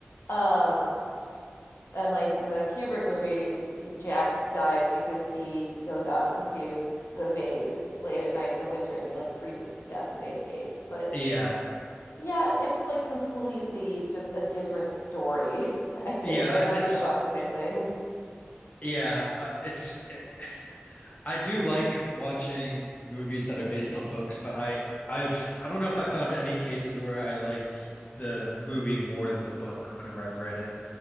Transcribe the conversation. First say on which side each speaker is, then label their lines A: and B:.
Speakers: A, on the left; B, on the left.
A: Um, and like in the Kubrick movie, Jack dies because he goes out into the maze late at night in the winter and he like freezes to death and they escape. But
B: Yeah.
A: yeah, it's like completely just a different story, <laughs> I think.
B: Yeah.
A: They're not
B: It's,
A: even about the same things.
B: yeah. Uh, it's, eh, I do like watching movies that are based on books, but I I've I don't know if I found any cases where I liked the movie more than the book whenever I've read it.